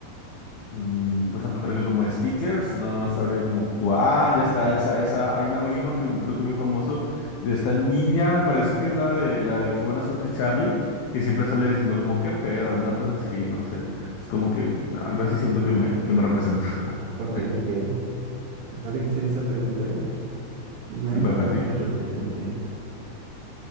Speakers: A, on the left; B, on the right.
A: mm, o sea, pero que como stickers, no, no sabría como. cua- Ah, ya está, esa, esa. Hay una, hay uno que creo que es muy famoso de esta niña, me parece que es la de la de Qué buena suerte, Charlie, que siempre sale diciendo como qué pedo, alguna cosa así, no sé. Es como que algo así siento que me, que me representa. <laughs>
B: Ok, ok. Está difícil esa pregunta, ¿eh? Un meme
A: ¿Y para
B: que
A: ti?
B: se represente.